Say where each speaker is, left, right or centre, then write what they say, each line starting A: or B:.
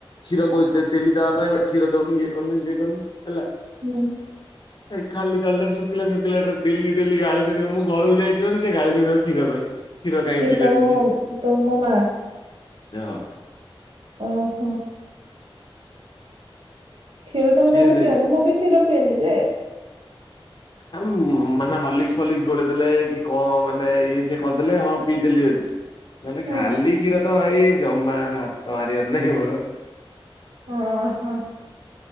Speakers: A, on the left; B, on the right.
A: କ୍ଷୀର କହୁଚି ତୋତେ ଡେଲି ଦେବା ପାଇଁ ଗୋଟେ କ୍ଷୀ ଦଉନୁ ଇଏ କରନୁ ସିଏ କରନୁ ହେଲା।
B: ହୁଁ।
A: ଏ ଖାଲି ଖାଲି ଟାରେ ସୁୁକିଲା ସୁୁକିଲା ଟାରେ ଡେଲି ଡେଲି ଗାଳି ଶୁଣିବ ମୁଁ ଘରକୁ ଯାଇିଛି ମାନେ ସେ ଗାଳି ଶୁଣିବ କ୍ଷୀର ପାଇଁ। କ୍ଷୀର କାହିଁ
B: କି
A: ପିଇଲାନି
B: ତମ ମ
A: ସିଏ
B: ତମ ମା।
A: ହଁ।
B: ଓହୋ। କ୍ଷୀର ତମେ
A: ସିଏ
B: ତାହେଲେ
A: ଦେ
B: ପିଅନି ମୁଁ ବି କ୍ଷୀର ପିଏନି ଯେ।
A: ଆଉ ଉଁ ମାନେ ହଲିକ୍ସ ଫଲିକ୍ସ ଗୋଳେଇ ଦେଲେ କି କଁ ମାନେ ଇଏ ସିଏ କରିଦେଲେ ହଁ ପିଇଦେଲି ଯଦି। ନହେଲେ
B: ହୁଁ।
A: ଖାଲି କ୍ଷୀର ତ ଭାଇ ଜମା ହାତ ମାରିବାର ନାଇଁ ମୋର।
B: ଓ ହଁ